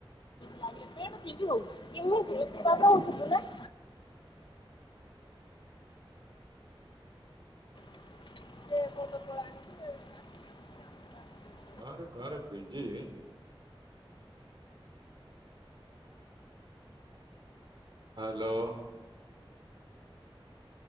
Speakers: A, on the left; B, on the right.
A: ଖାଲି ପେଣ୍ଟ ପିନ୍ଧି ହଉ କେମିତି ଏତେ ବାଟ ଯିବୁନା। <unintelligible>
B: ଘରେ ଘରେ ବିଜି ହ୍ୟାଲୋ।